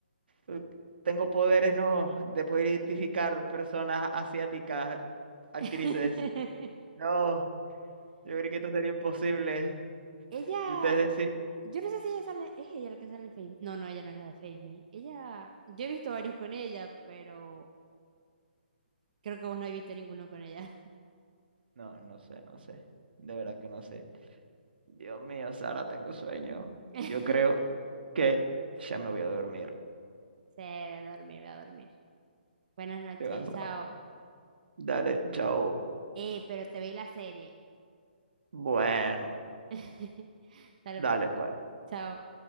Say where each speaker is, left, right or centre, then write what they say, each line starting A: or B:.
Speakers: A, on the right; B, on the right.
A: eh, Tengo poderes, no, de poder identificar personas asiáticas, actrices.
B: <laughs>
A: No, yo creo que esto sería imposible.
B: Ella,
A: Ustedes decís,
B: yo no sé si ella sale, es ella la que sale en Face Me. No, no, ella no es la de Face Me. Ella, yo he visto varios con ella, pero creo que vos no has visto ninguno con ella.
A: no, no sé, no sé. De verdad que no sé. Dios mío, Sara, tengo sueño.
B: <laughs>
A: Yo creo que ya me voy a dormir.
B: Sí, voy a dormir, voy a dormir. Buenas noches,
A: Estoy cansado.
B: chao.
A: Dale, chao.
B: Eh, pero te vi la serie.
A: Bueno,
B: <laughs> Dale
A: dale
B: pues,
A: pues.
B: chao.